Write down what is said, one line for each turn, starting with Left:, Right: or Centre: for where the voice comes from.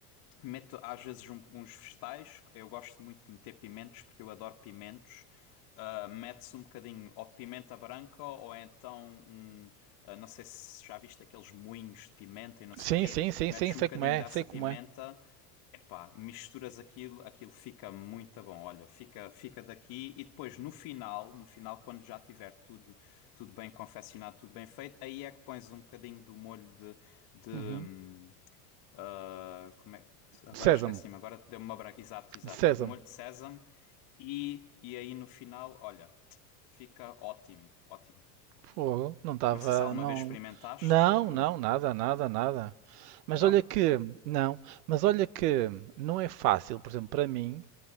Left: Meto às vezes um- uns vegetais. Eu gosto muito de meter pimentos porque eu adoro pimentos. Ah, mete-se um bocadinho ou pimenta branca ou então um. ah, não sei se já viste aqueles moinhos de pimenta e não sei
Right: sim,
Left: quê.
Right: sim, sim,
Left: Metes
Right: sim, sei
Left: um bocadinho
Right: como é,
Left: dessa
Right: sei como
Left: pimenta.
Right: é.
Left: Epá, misturas aquilo, aquilo fica muito bom. Olha, fica, fica daqui e depois no final, no final, quando já tiver tudo, tudo bem confeccionado, tudo bem feito, aí é que pões um bocadinho do molho de, de,
Right: Uhum.
Left: hum, ah, como é? Agora
Right: De sésamo,
Left: esqueci-me, agora deu-me uma branca. Exato, exato.
Right: de sésamo.
Left: O molho de sésamo. E, e aí no final, olha, fica ótimo, ótimo.
Right: Fogo, não estava,
Left: Não sei se alguma
Right: não.
Left: vez experimentaste.
Right: Não,
Left: No...
Right: não, nada, nada, nada. Mas
Left: Não?
Right: olha que, não, mas olha que não é fácil, por exemplo, para mim,